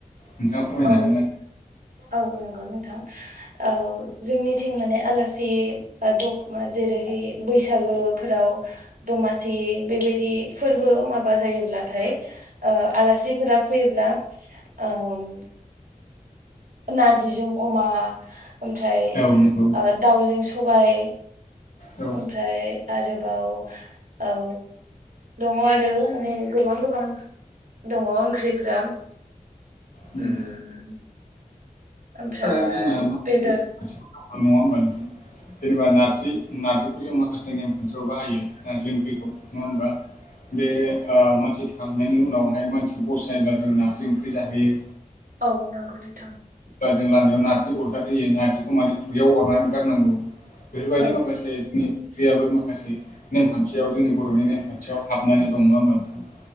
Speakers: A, on the left; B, on the right.
A: नोंथाङा फोरमायनो
B: औ
A: हागोन ना?
B: औ नंगौ नोंथां, औ जोंनिथिं माने आलासि <unintelligible> जेरैहाय बैसागोफोराव दमासि बेबायदि फोरबो माबा जायोब्ला, थाय ओ आलासिफोरा फैयोब्ला ओम नारजिजों अमा ओमफ्राय
A: औ नंगौ
B: ओ दाउजों सबाय,
A: औ
B: ओमफ्राय आरोबाव औ दङ आरो माने गोबां गोबां, दङ ओंख्रिफ्राम
A: उम
B: ओम ओमफ्राय
A: आरो जोंना माखासे
B: बेदेर,
A: नेमखान्थिफोर नङा होमबा नोंथां, जेनेबा नारजि नारजिखौ जों माखासे नेम खान्थियाव बाहायो नारजि ओंख्रिखौ नङा होमबा, बे ओ मानसि थैखांनायनि उनावहाय मानसि बस जायोब्ला जों नारजि ओंख्रि जाहोयो,
B: औ नांगौ नोंथां
A: ओ जों लामायाव नारजि अरगार होयो नारजिखौ माने खुगायाव अरनानै गारनांगौ, बेफोरबायदि
B: औ
A: माखासे जोंनि, ओंख्रियाबो माखासे नेमखान्थियाव जोंनि बर'नि नेमखान्थियाव हाबनानै दं नङा होमबा नोंथां?